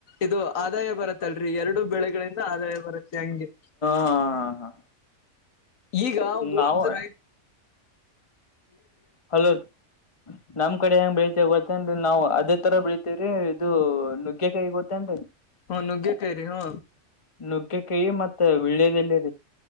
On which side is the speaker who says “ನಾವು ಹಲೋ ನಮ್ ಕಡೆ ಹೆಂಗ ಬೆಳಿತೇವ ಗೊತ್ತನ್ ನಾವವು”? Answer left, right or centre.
Left